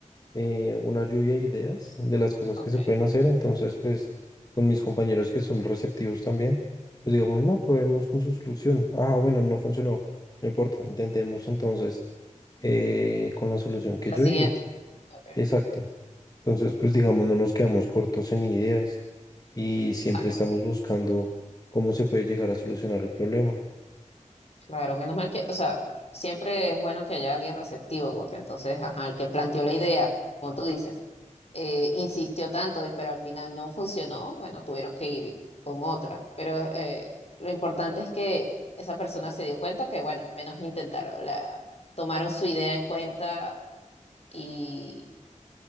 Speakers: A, on the left; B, on the left.
A: eh, una lluvia de ideas de las cosas
B: Ok,
A: que se pueden hacer. Entonces, pues con mis compañeros que son receptivos también, pues digamos, no, probemos con su solución. Ah, bueno, no funcionó. No importa, intentemos entonces eh, con la solución que
B: la
A: yo
B: siguiente.
A: digo.
B: Ok,
A: Exacto. Entonces, pues digamos, no nos quedamos cortos en ideas y siempre
B: bueno.
A: estamos buscando cómo se puede llegar a solucionar el problema.
B: Claro, menos mal que, o sea, siempre es bueno que haya alguien receptivo, porque entonces, ajá, el que planteó la idea, como tú dices, eh, insistió tanto, y- pero al final no <laughs> funcionó, bueno, tuvieron que ir con otra. Pero eh, lo importante es que esa persona se dio cuenta que, bueno, al menos intentaron, la, tomaron su idea en cuenta y,